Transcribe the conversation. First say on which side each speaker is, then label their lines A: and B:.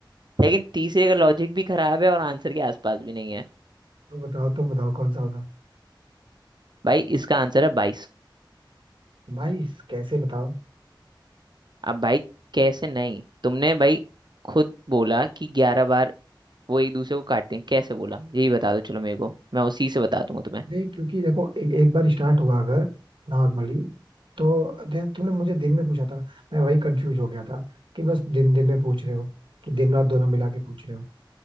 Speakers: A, on the right; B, on the right.
A: लेकिन तीसरे का लॉजिक भी खराब है और आंसर के आसपास भी नहीं है
B: तो बताओ तुम बताओ कौन सा होगा
A: भाई इसका आंसर है बाईस
B: भाई कैसे बताओ
A: अब भाई कैसे नहीं तुमने भाई खुद बोला कि ग्यारह बार वो एक दूसरे को काटते हैं कैसे बोला यही बता दो चलो मेरे को मैं उसी से बता दूंगा तुम्हें
B: अरे क्योंकि देखो ए, एक बार स्टार्ट हुआ अगर नॉर्मली तो जैसे तुमने मुझे दिन में पूछा था ना, मैं वही कंफ्यूज हो गया था कि बस दिन दिन में पूछ रहे हो कि दिन रात दोनों मिला के पूछ रहे हो